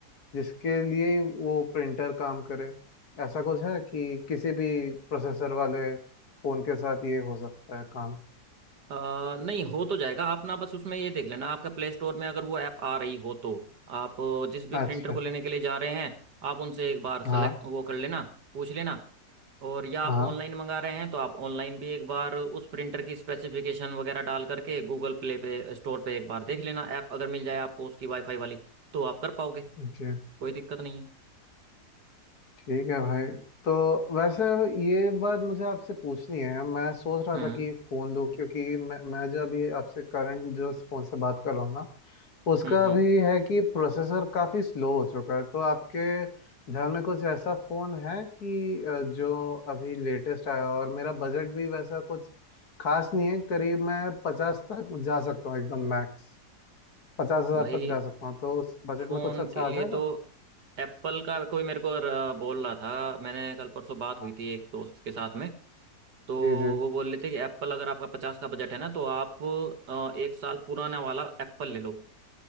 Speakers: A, on the left (about 65°); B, on the right (about 80°).
A: जिसके लिए ही वो प्रिंटर काम करे ऐसा कुछ है कि किसी भी प्रोसेसर वाले फोन के साथ ये हो सकता है काम
B: अ, नहीं हो तो जाएगा आप ना बस उसमें ये देख लेना आपका प्ले स्टोर में अगर वो ऐप आ रही हो तो आप जिस भी प्रिंटर
A: अच्छा
B: को लेने के लिए जा रहे हैं आप उनसे एक बार सेलेक्ट
A: हाँ
B: वो कर लेना पूछ लेना और या आप
A: हाँ
B: ऑनलाइन मंगा रहे हैं तो आप ऑनलाइन भी एक बार उस प्रिंटर की स्पेसिफिकेशन वगैरह डाल करके गूगल प्ले पे स्टोर पे एक बार देख लेना ऐप अगर मिल जाए आपको उसकी वाईफाई वाली तो आप कर पाओगे
A: जी
B: कोई दिक्कत नहीं है
A: ठीक है भाई तो वैसे ये बात मुझे आपसे पूछनी है मैं सोच रहा
B: हम्म
A: था कि फ़ोन लूँ क्योंकि मैं मैं जो अभी आपसे करंट जो फ़ोन से बात कर रहा हूँ ना उसका
B: हम्म हम्म
A: भी है कि प्रोसेसर काफ़ी स्लो हो चुका है तो आपके ध्यान में कुछ ऐसा फ़ोन है कि अ, जो अभी लेटेस्ट आया हो? और मेरा बजट भी वैसा कुछ खास नहीं है करीब मैं पचास तक जा सकता हूँ एकदम मैक्स पचास हज़ार
B: भाई
A: तक जा सकता हूँ तो उस बजट
B: फोन
A: में कुछ अच्छा
B: के लिए
A: आ जाएगा
B: तो एप्पल का कोई मेरे को र- बोल रहा था मैंने कल परसों बात
A: हाँ
B: हुई थी एक दोस्त के साथ में तो
A: जी जी
B: वो बोल रहे थे कि एप्पल अगर आपका पचास का बजट है ना तो आप अ, एक साल पुराना वाला एप्पल ले लो